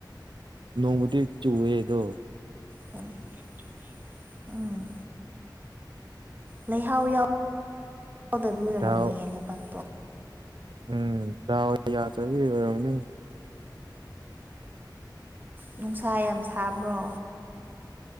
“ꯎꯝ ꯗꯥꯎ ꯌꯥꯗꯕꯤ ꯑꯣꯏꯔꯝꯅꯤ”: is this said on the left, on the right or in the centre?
Right